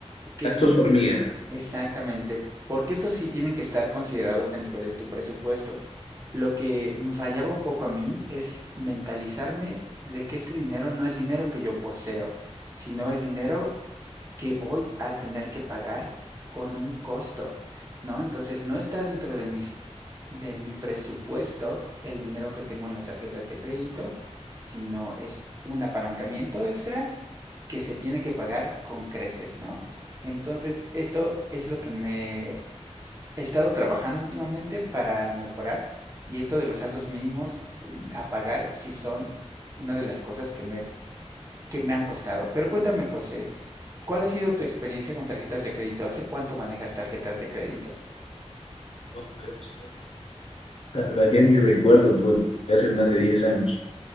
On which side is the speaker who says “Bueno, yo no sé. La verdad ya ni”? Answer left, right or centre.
Left